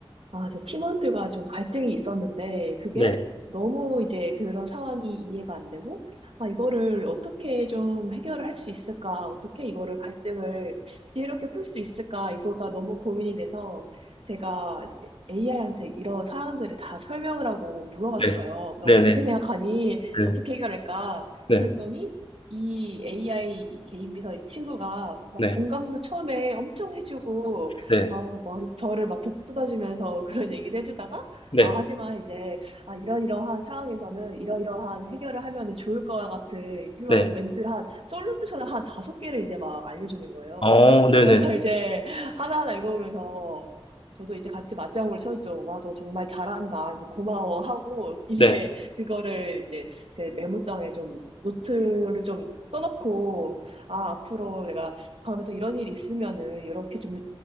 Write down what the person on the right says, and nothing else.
아, 저 팀원들과 좀 갈등이 있었는데, 그게
너무 이제 그런 상황이 이해가 안 되고, 아, 이거를 어떻게 좀 해결을 할 수 있을까, 어떻게 이거를 갈등을 지혜롭게 풀 수 있을까, 이거가 너무 고민이 돼서, 제가 AI한테 이런 상황들을 다 설명을 하고 물어봤어요.
너
어떻게 생각하니?
어떻게 해결할까?
그랬더니, 이 AI 개인 비서 이 친구가 막
공감도 처음에 엄청 해주고,
어, 뭐, 저를 막 복돋아주면서 <laughs> 그런 얘기도 해주다가,
아, 하지만 이제, 아, 이러이러한 상황에서는 이러이러한 해결을 하면은 좋을 거와 같은 이런
멘트를 한, 솔루션을 한 다섯 개를 이제 막 알려주는 거예요.
그래서 이제 하나하나 읽어보면서, 저도 이제 같이 맞장구를 쳤죠. 와, 너 정말 잘한다. 그래서 고마워 하고, <laughs> 이제
그거를 이제 제 메모장에 좀 노트를 좀 써놓고, 아, 앞으로 내가 다음에 또 이런 일이 있으면은 이렇게 좀